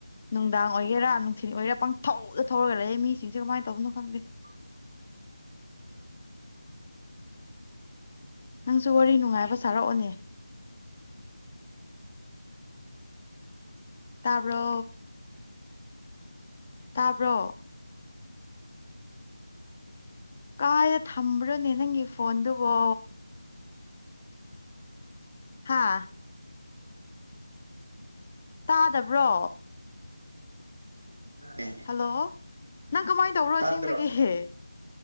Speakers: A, on the left; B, on the right.
A: ꯅꯨꯡꯗꯥꯡ ꯑꯣꯏꯒꯦꯔꯥ ꯅꯨꯡꯊꯤꯟꯜ ꯑꯣꯏꯒꯦꯔꯥ ꯄꯪꯊꯧꯧꯗ ꯊꯧꯔꯒ ꯂꯩꯌꯦ ꯃꯤꯁꯤꯡꯁꯦ ꯀꯃꯥꯏꯅ ꯇꯧꯕꯅꯣ ꯈꯪꯗꯦ
B: <inaudible>
A: ꯅꯪꯁꯨ ꯋꯥꯔꯤ ꯅꯨꯡꯉꯥꯏꯕ ꯁꯥꯔꯛꯑꯣꯅꯦ ꯇꯥꯕ꯭ꯔꯣ ꯇꯥꯕ꯭ꯔꯣ ꯀꯥꯏꯗ ꯊꯝꯕ꯭ꯔꯣꯅꯦ ꯅꯪꯒꯤ ꯐꯣꯟꯗꯨꯕꯣ ꯍꯥꯥ ꯇꯥꯗꯕ꯭ꯔꯣ
B: ꯑꯦ
A: ꯍꯜꯂꯣ ꯅꯪ ꯀꯃꯥꯏꯅ ꯇꯧꯔꯣ
B: ꯇꯥꯗ꯭ꯔꯣ
A: ꯑꯁꯦꯡꯕꯒꯤꯍꯦ